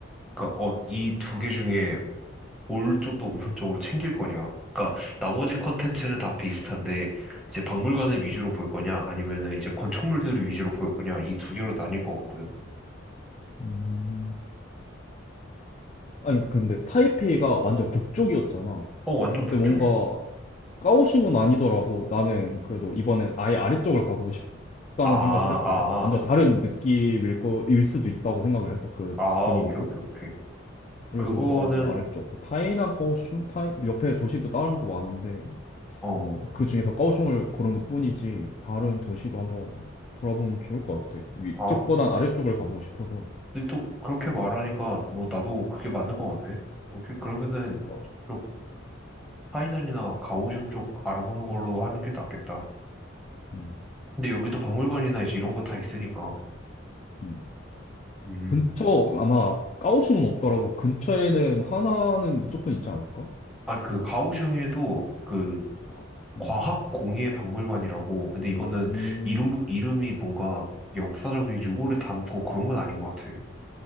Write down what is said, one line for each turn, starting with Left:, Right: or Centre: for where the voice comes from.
Centre: 그니까, 어, 이 두 개 중에 뭘 좀 더 우선적으로 챙길 거냐? 그니까, 나머지 컨텐츠는 다 비슷한데, 이제 박물관을 위주로 볼 거냐? 아니면은 이제 건축물들을 위주로 볼 거냐? 이 두 개로 나뉠 것 같거든.
Left: 음. 아니, 근데 타이페이가 완전 북쪽이었잖아.
Centre: 어, 완전 북쪽이야.
Left: 근데 뭔가 까오슝은 아니더라도 나는 그래도 이번엔 아예 아래쪽을 가보고 싶다는
Centre: 아,
Left: 생각을 했거든.
Centre: 아,
Left: 완전 다른 느낌일 거, 일 수도 있다고 생각을 해서 그
Centre: 아, 아,
Left: 분위기가.
Centre: 오케이, 오케이, 오케이.
Left: 그래서
Centre: 그거는,
Left: 나는 아래쪽, 뭐 타이난 까오슝, 타이, 옆에 도시도 다른 거 많은데
Centre: 어.
Left: 어, 그 중에서 까오슝을 고른 것뿐이지 다른 도시도 한번 돌아보면 좋을 것 같아. 위쪽보단
Centre: 아,
Left: 아래쪽을 가보고 싶어서.
Centre: 근데 또 그렇게 말하니까 뭐 나도 그게 맞는 것 같네. 오케이, 그러면은
Left: 그러니까
Centre: 쪽 파이난이나 가오슝 쪽 알아보는 걸로 하는 게 낫겠다.
Left: 음,
Centre: 근데 여기도 박물관이나 이제 이런 거 다 있으니까.
Left: 음.
Centre: 음,
Left: 근처 아마 까오슝은 없더라도 근처에는 하나는 무조건 있지 않을까?
Centre: 아, 그 가오슝에도 그
Left: 어. 어.
Centre: 과학공예 박물관이라고. 근데
Left: 음.
Centre: 이거는 이름 이름이 뭔가 역사적인 유물을 담고 그런 건 아닌 것 같아.